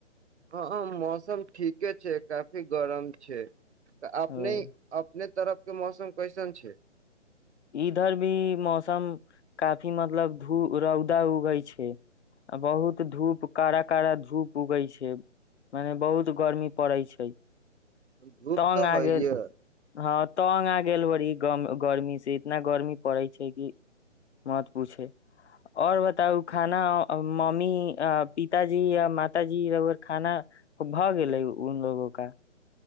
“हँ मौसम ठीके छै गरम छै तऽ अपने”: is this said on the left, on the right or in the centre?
Right